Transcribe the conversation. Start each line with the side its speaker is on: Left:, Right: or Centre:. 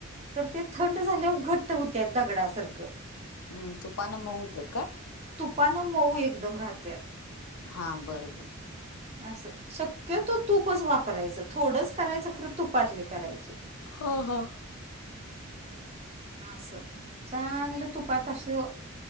Right: तर ते थंड झाल्यावर घट्ट होत्या दगडासारखं.
Left: हम् तूपान मऊ होतेत काय?
Right: तुपानं मऊ एकदम राहत्यात.
Left: हा बरं बर.
Right: असं. शक्य तो तूपच वापरायच. थोडंच करायचं खरं तुपातले करायचे.
Left: हा हा.
Right: असं चांगल तुपात असं